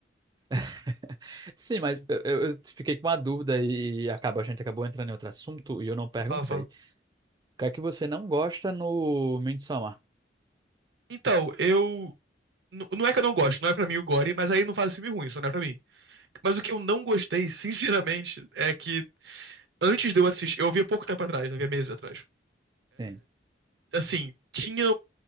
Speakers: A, on the right; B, on the right.
A: <laughs> Sim, mas eu, eu- eu fiquei com uma dúvida e acaba, a gente acabou entrando em outro assunto e eu não perguntei.
B: Fala, fala.
A: O que é que você não gosta no Midsommar?
B: Então, eu. n- Não é que eu não gosto, não é pra mim o Gore, mas aí não faz filme ruim, só não é pra mim. Mas o que eu não gostei, sinceramente, é que antes de eu assistir, eu vi há pouco tempo atrás, né? Eu vi há meses atrás.
A: Sim.
B: assim, tinha.